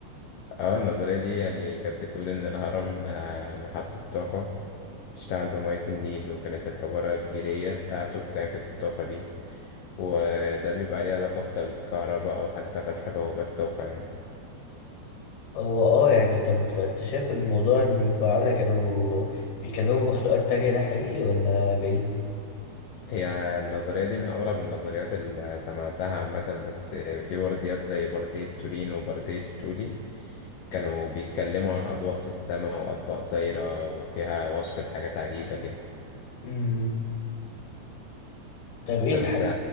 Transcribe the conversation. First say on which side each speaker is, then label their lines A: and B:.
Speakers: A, on the left (about 80°); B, on the left (about 70°).
A: اه النظرية دي يعني كانت بتقول إن الهرم آه، محطة طاقة تشتغل بمية النيل وكانت الحجارة الجيرية بتاعته بتعكس الطاقة دي وده بيبقى ليه علاقة بالكهرباء أو حتى فتح بوابات طاقة يعني
B: هو اه يعني طب انت شايف الموضوع ان الفراعنة كانوا بيكلموا مخلوقات تانية ده حقيقي ولا بعيد
A: هي النظرية دي من أغرب النظريات اللي سمعتها عامة بس في برديات زي بردية تورين وبردية تولي كانوا بيتكلموا عن أضواء في السماء وأطباق طايرة وفيها وصف لحاجات عجيبة كده
B: مم. طب ايه
A: طب
B: الحق
A: أنت